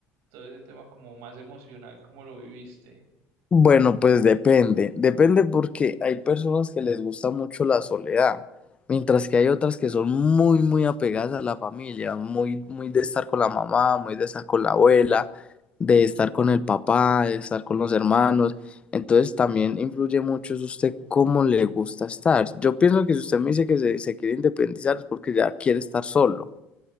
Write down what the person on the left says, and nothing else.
Bueno, pues depende, depende porque hay personas que les gusta mucho la soledad, mientras que hay otras que son muy, muy apegadas a la familia, muy, muy de estar con la mamá, muy de estar con la abuela, de estar con el papá, de estar con los hermanos. Entonces también influye mucho es usted cómo le gusta estar. Yo pienso que si usted me dice que se, se quiere independizar es porque ya quiere estar solo.